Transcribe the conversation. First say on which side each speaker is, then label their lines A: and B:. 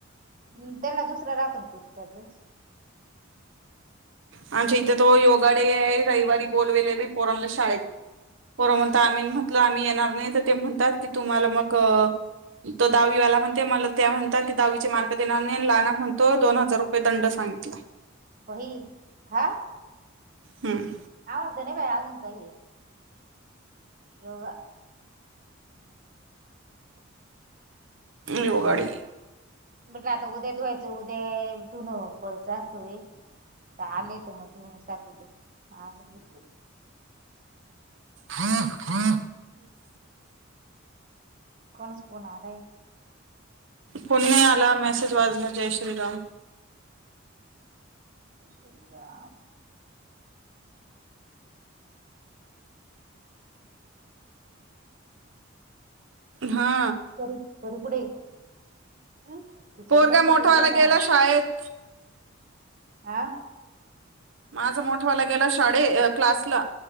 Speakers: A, on the right; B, on the right.
A: हम् त्यांना दुसरा रातन पीठ र
B: आमच्या इथे तो योगाडे आहे रविवारी बोलवेले पोरमला शाळेत को म्हण आम्ही म्हटल आम्ही येणार नाही तर ते म्हणतात की तुम्हाला मग तो दहावीवाला म्हणते मला त्या म्हणतात की दहावीचे मार्क देणार नाही ला ना म्हणतो दोन हजार रुपये दंड सांगितला.
A: बही हा.
B: हम्म.
A: आवागद न बाय आगून काय योग
B: योगाडी
A: म्हटलं आता उद्या धुवायचं उद्या धुणं जास्त होईल. आलेेत मग द टाकवत माज दु
B: हा हा.
A: कोण स्पोून आड.
B: कोणी आला मेसेज वाजणार जय श्रीराम
A: शला
B: हा.
A: बरी पुुठे तिच्यावर
B: पोरगा
A: लक्ष
B: मोठावाला
A: ठेवा ना.
B: गेला शाळेत
A: आं.
B: माझा मोठवाला गेला शाळे क्लासला